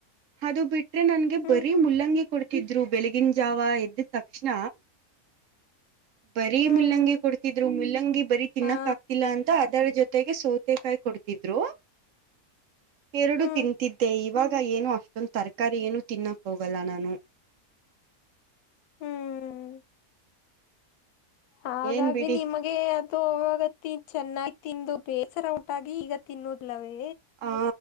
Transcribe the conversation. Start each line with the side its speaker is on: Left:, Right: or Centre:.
Right: ಅದು ಬಿಟ ಬಿಟ್ರೆ ನನ್ಗೆ
Left: ಹ್ಮ್
Right: ಬರೀ ಮುಲ್ಲಂಗಿ ಕೊಡ್ತಿದ್ರು ಬೆಳಗಿನ ಜಾವ ಎದ್ದಿದ ತಕ್ಷಣ. ಬರೀ
Left: ಹ್ಮ್
Right: ಮುಲ್ಲಂಗಿ
Left: ಹ್ಮ್
Right: ಕೊಡ್ತಿದ್ರು ಮುಲ್ಲಂಗಿ ಬರಿ ತಿನ್ನಕ್
Left: ಹಾ
Right: ಆಗ್ತಿಲ್ಲ ಅಂತ ಅದರ <unintelligible> ಜೊತೆಗೆ ಸೌತೆಕಾಯಿ ಕೊಡ್ತಿದ್ರು ಎರಡು
Left: ಹ್ಮ್
Right: ತಿಂತಿದ್ದೆ ಇವಾ <unintelligible> ಈಗ ಏನು ಅಷ್ಟೊಂದು ತರಕಾರಿ ಏನು ತಿನ್ನಕ್ಕ ಹೋಗಲ್ಲ ನಾನು
Left: ಹ್ಮ್ ಹಾಗಾಗಿ
Right: ಏನ್ ಬಿಡಿ
Left: ನಿಮಗೆ ಅವಾಗ <unintelligible> ಚೆನ್ನಾಗಿ ತಿಂದು ಬೇಸರ ಉಂಟಾಗಿ ಈಗ ತಿನ್ನುದ್ಲವೇ
Right: ಆ